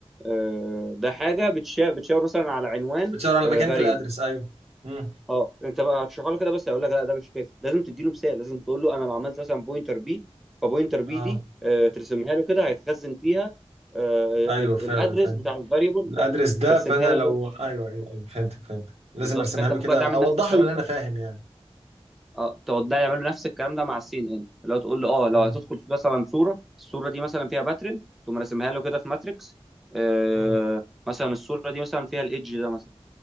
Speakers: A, in the centre; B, on the right.
A: آه ده حاجه بتشا- بتشاور مثلا على عنوان
B: بتشاور على
A: فاريبل
B: مكان في الادرس ايوه امم
A: اه انت بقى هتشرحه له كده بس هيقول لك لا ده مش كافي لازم تدي له مثال لازم تقول له انا لو عملت مثلا بوينتر بي فبوينتر بي
B: اه
A: دي آه ترسمها له كده هيتخزن فيها آه
B: ايوه
A: ال-
B: فعلا
A: الادرس
B: فاهم
A: بتاع الفاريبل
B: الادرس
A: ده
B: ده
A: ترسمها
B: فانا
A: له
B: لو
A: كده
B: ايوه ايوه ايوه فهمتك فهمتك لازم
A: بالظبط
B: ارسمها
A: فانت
B: له
A: المفروض
B: كده
A: بقى تعمل
B: اوضح
A: نفس الكلام
B: له اللي
A: ده
B: انا فاهم يعني
A: اه تقعد ده يعملوا نفس الكلام ده مع السين ان ان، اللي هو تقول له اه لو
B: امم
A: هتدخل مثلا صوره الصوره دي مثلا فيها باترن تقوم راسمها له كده في ماتريكس آه
B: امم
A: مثلا الصوره دي مثلا فيها الايدج ده مثلا